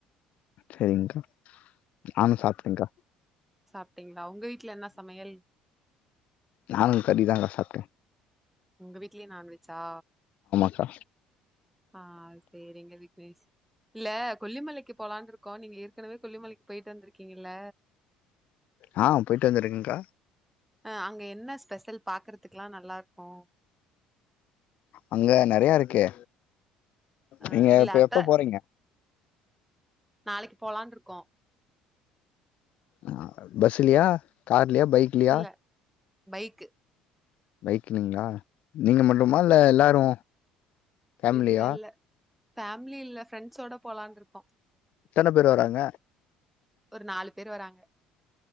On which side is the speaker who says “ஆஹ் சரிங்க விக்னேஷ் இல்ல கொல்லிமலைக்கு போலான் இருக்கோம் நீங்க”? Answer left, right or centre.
Centre